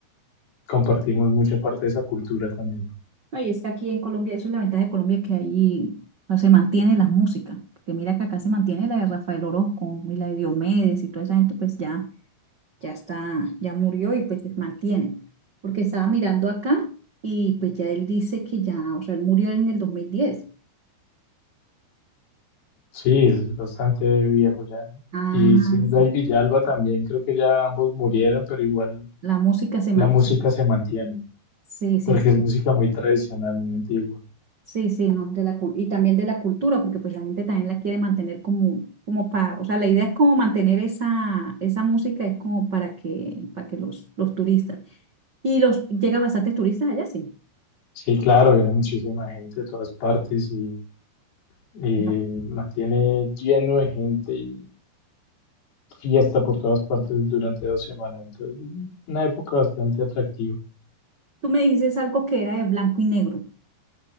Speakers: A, on the left; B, on the right.
A: compartimos mucha parte de esa cultura también.
B: No, y es que aquí en Colombia, eso es la ventaja de Colombia, que ahí no se mantiene la música. Porque mira que acá se mantiene la de Rafael Orozco y la de Diomedes y toda esa gente, pues ya, ya está, ya murió y pues se mantiene. Porque estaba mirando acá y pues ya él dice que ya, o sea, él murió en el 2010.
A: Sí, es bastante viejo ya.
B: Ah,
A: Y Silva
B: sí.
A: y Villalba también, creo que ya ambos murieron, pero igual
B: La música se
A: La
B: mantiene.
A: música se mantiene,
B: Sí, sí.
A: porque es música muy tradicional, muy antigua.
B: Sí, sí, no, de la, cul- y también de la cultura, porque pues la gente también la quiere mantener como, como para, o sea, la idea es como mantener esa, esa música, es como para que, para que los, los turistas, y los, llega bastantes turistas allá, sí.
A: Sí, claro, viene muchísima gente de todas partes y, y
B: Ajá.
A: mantiene lleno de gente y fiesta por todas partes durante dos semanas. Entonces, una época bastante atractiva.
B: Tú me dices algo que era de blanco y negro,